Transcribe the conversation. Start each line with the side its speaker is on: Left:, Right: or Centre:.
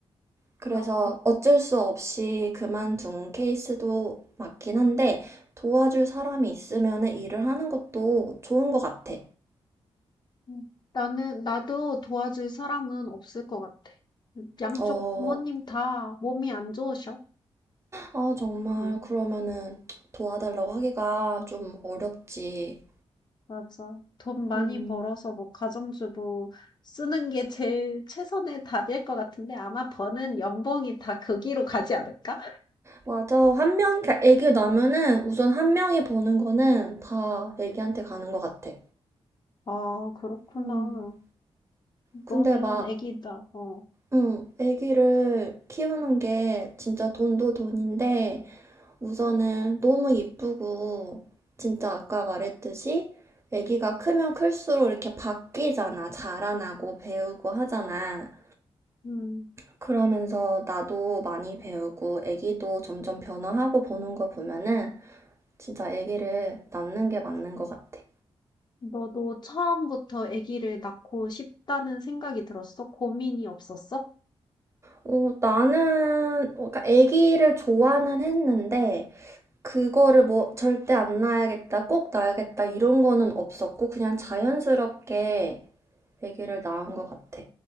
Right: 그래서
Left: 그렇군.
Right: 어쩔 수 없이 그만둔 케이스도 맞긴 한데 도와줄 사람이 있으면 일을 하는 것도 좋은 것 같아.
Left: 음. 나는, 나도 도와줄 사람은 없을 것 같아. 양쪽
Right: 어,
Left: 부모님 다 몸이 안 좋으셔.
Right: 아, 정말
Left: 응,
Right: 그러면은 도와달라고 하기가 좀 어렵지.
Left: 맞아. 돈 많이
Right: 음,
Left: 벌어서 뭐 가정주부 쓰는 게 제일 최선의 답일 것 같은데 아마 버는 연봉이 다 거기로 가지 않을까?
Right: 맞아. 한 명, 그러니까 애기 나면은 우선 한 명이 버는 거는 다 애기한테 가는 것 같아.
Left: 아, 그렇구나.
Right: 음, 근데
Left: 너는
Right: 막,
Left: 애기다. 어.
Right: 응, 애기를 키우는 게 진짜 돈도 돈인데 우선은 너무 이쁘고 진짜 아까 말했듯이 아기가 크면 클수록 이렇게 바뀌잖아. 자라나고 배우고 하잖아.
Left: 음.
Right: 그러면서 나도 많이 배우고 아기도 점점 변화하고 보는 거 보면은 진짜 아기를 낳는 게 맞는 것 같아.
Left: 너도 처음부터 애기를 낳고 싶다는 생각이 들었어? 고민이 없었어?
Right: 어, 나는 어, 그러니까 아기를 좋아는 했는데 그거를 뭐 절대 안 낳아야겠다, 꼭 낳아야겠다 이런 거는 없었고 그냥 자연스럽게 아기를 낳은 것 같아.